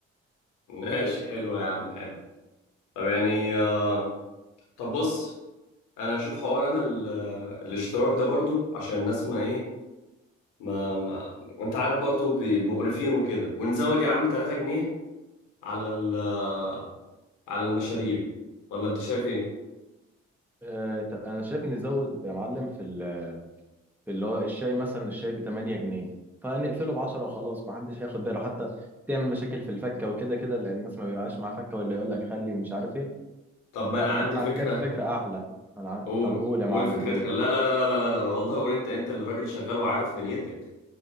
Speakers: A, on the left; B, in the centre.
A: <laughs> ماشي حلو يا عم حلو طب يعني آه، طب بص انا هشوف حوار انا ال... آه، الاشتراك ده برضه عشان الناس ما ايه ما ما انت عارف برضه بيبقوا قرفين وكده ونزود يا عم 3 جنيه على ال... آه، على المشاريب ولا انت شايف ايه
B: أه... ت- انا شايف نزود يا معلم في ال... في اللي هو الشاي مثلا الشاي ب 8 جنيه فنقفله ب 10 وخلاص ما حدش هياخد باله حتى تعمل مشاكل في الفكه وكده كده لان الناس ما بيبقاش معاها فكه ولا يقول لك خلي ومش عارف ايه
A: طب ما
B: لا
A: انا عندي
B: طب انا
A: فكرة
B: جات لي فكره احلى انا ع-
A: قول
B: طب قول يا
A: قول
B: معلم
A: فكرتك
B: قول
A: لا لا لا لا لا لا لا والله قول انت انت اللي راجل شغال وعارف دنيتك